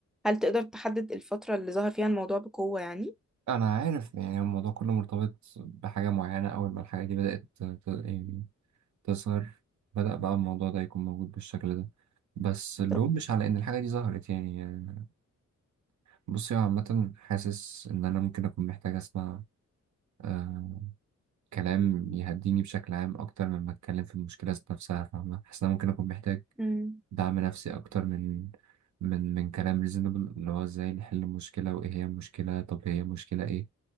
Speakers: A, in the centre; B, on the right.
A: هل تقدر تحدد الفترة اللي ظهر فيها الموضوع بقوة يعني؟
B: أنا عارف يعني الموضوع كله مرتبط بحاجة معينة أول ما الحاجة دي بدأت ت- يعني تظهر بدأ بقى الموضوع ده يكون موجود بالشكل ده بس اللوم
A: طب
B: مش على إن الحاجة دي ظهرت يعني, يعني بصي هو عامة حاسس إن أنا ممكن أكون محتاج أسمع آه كلام يهديني بشكل عام أكتر مما أتكلم في المشكلة ذات نفسها فاهمة حاسس إن أنا ممكن أكون محتاج
A: امم
B: دعم نفسي أكتر من من من كلام ريزونبل اللي هو ازاي نحل المشكلة وإيه هي المشكلة طب هي مشكلة إيه